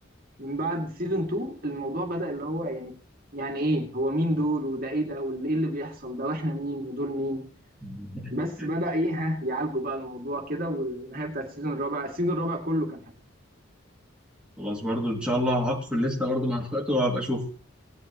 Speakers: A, on the right; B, in the centre.
A: من بعد سيزون 2 الموضوع بدأ اللي هو يعني يعني ايه هو مين دول وده ايه ده وايه اللي بيحصل ده واحنا مين ودول مين
B: <laughs>
A: بس بدأ ايه ها يعالجوا بقى الموضوع كده والنهاية بتاعت السيزون الرابع السيزون الرابع كله كان حلو
B: خلاص برضه ان شاء الله هحط في الليسته برضه مع اخواته وهبقى اشوف